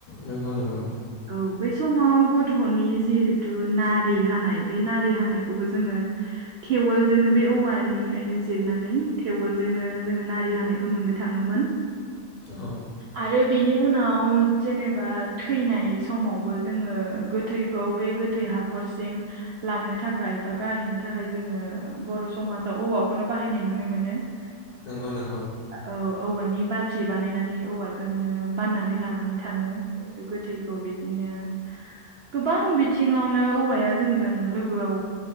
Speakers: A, on the left; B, on the right.
A: नंगौ नंगौ।
B: औ बै समाव गथ'नि जिहेथु नार रि हानाय बे नारि हानायखौबो जोङो थेवोलजोंनो बे औवानिफ्रायनो जिरनानै थेवोलजोंनो जोङो नारि हानायखौ नुनो थाङोमोन।
A: औ
B: आरो बेनि उनाव जेनेबा थैनाय समावबो जोङो गोथै खौ बे गोथै हाखरसिम लांनो थाखाय बा गारहैनो थाखाय जोङो बर' समाजाव औवाखौनो बाहायनाय नुनो मोनो। <inaudible>
A: नंगौ नंगौ।
B: औ औवानि बाथि बानायनानै औवाजोंनो बाननानै लानानै थाङो। गोथैखौ बिदिनो गोबां बिथिङावनो औवाया जोंजों लोगोआव